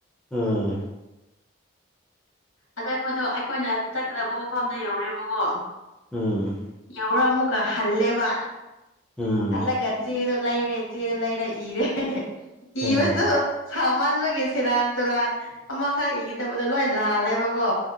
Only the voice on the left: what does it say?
ꯑꯗ ꯑꯩꯈꯣꯏꯗꯣ ꯑꯩꯈꯣꯏꯅ ꯆꯠꯀꯗꯕ ꯃꯐꯝꯗ ꯌꯧꯔꯦꯕꯀꯣ
ꯌꯧꯔ ꯑꯃꯃꯨꯀ ꯍꯜꯂꯦꯕ
ꯍꯜꯂꯒ ꯆꯦꯗꯨ ꯂꯩꯔꯦ ꯆꯦꯗꯨ ꯂꯩꯔ ꯏꯔꯦ
ꯏꯕꯁꯨ ꯁꯥꯃꯟꯕꯒꯤ ꯁꯦꯔꯥꯟ ꯇꯨꯔꯥꯟ ꯑꯃꯈꯛ ꯏꯒꯦ ꯇꯧꯕꯗꯣ ꯂꯣꯏ ꯂꯥꯜꯂꯦꯕꯀꯣ